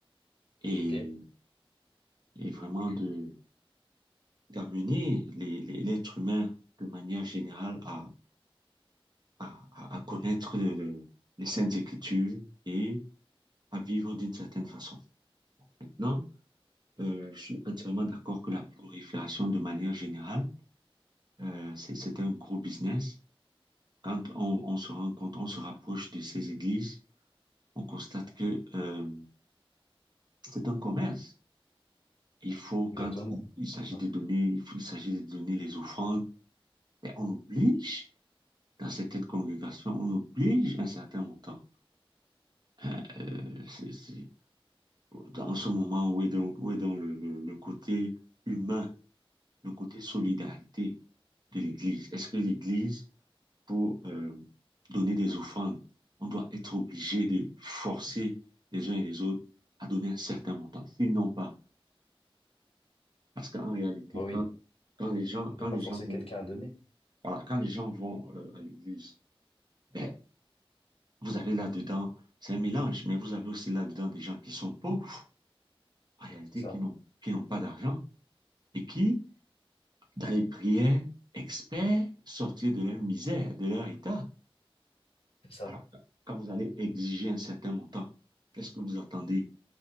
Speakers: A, on the right (about 45°); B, on the left (about 80°).
A: et,
B: Ok.
A: et vraiment de, d'amener les, les- l'être humain de manière générale à, à, à à connaître le- le- les Saintes Écritures et à vivre d'une certaine façon. Maintenant, euh, je suis entièrement d'accord que la prolifération de manière générale Euh, c'est c'est un gros business. Quand on, on se rend compte, on se rapproche de ces églises, on constate que euh, c'est un commerce. Il faut, quand
B: Exactement.
A: il, il s'agit
B: Ouais.
A: de donner, il faut- il s'agit de donner les offrandes, ben, on oblige, dans certaines congrégations, on oblige un certain montant. Hein, euh, c'est, c'est- dans ce moment où est donc, où est donc le, le le côté humain, le côté solidarité de l'Église? Est-ce que l'Église pour euh, donner des offrandes. On doit être obligé de forcer les uns et les autres à donner un certain montant. S'ils n'ont pas, parce qu'en réalité,
B: Bah oui,
A: quand,
B: non.
A: quand les gens,
B: On ne
A: quand
B: peut
A: les
B: pas forcer
A: gens vont,
B: quelqu'un à donner.
A: voilà, quand les gens vont euh, à l'église, ben, vous avez là-dedans, c'est un mélange, mais vous avez aussi là-dedans des gens qui sont pauvres, en réalité,
B: C'est ça.
A: qui n'ont, qui n'ont pas d'argent et qui, dans les prières, experts sortir de leur misère, de leur état.
B: C'est ça.
A: Alors, quand vous allez exiger un certain montant, qu'est-ce que vous attendez